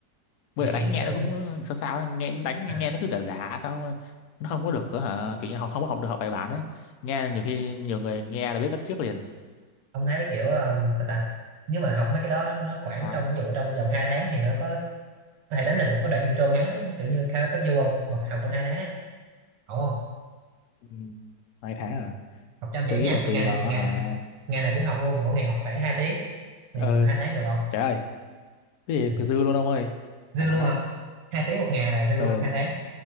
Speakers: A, on the left; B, on the right.
A: với
B: vậy
A: lại đánh
B: thì
A: nghe
B: kiểu
A: nó cũng sao sao nghe đánh nghe
B: à,
A: nó cứ giả giả sao không ơi nó không có được ờ, hả kiểu như học không có học được học bài bản á nghe nhiều khi nhiều người nghe là biết bắt chước liền
B: ông thấy kiểu um, sao ta nếu mà học mấy cái đó nó khoảng
A: sao
B: trong ví dụ trong vòng 2 tháng thì nó có, có thể đánh được một cái đoạn intro ngắn kiểu như KFW không một học trong 2 tháng á ổn không
A: Ừ. hai tháng à
B: học chăm chỉ
A: tôi nghĩ
B: nha
A: còn
B: kiểu
A: tùy
B: ngày
A: vào
B: này- ngày
A: hả
B: ngày nào cũng học luôn mỗi ngày học khoảng 2 tiếng
A: ờ
B: thì 2 tháng được không
A: trời ơi cái gì
B: ừ.
A: cứ dư luôn ông ơi
B: dư
A: thoải
B: luôn
A: mái
B: hả 2 tiếng một ngày là dư luôn
A: ờ
B: hai tháng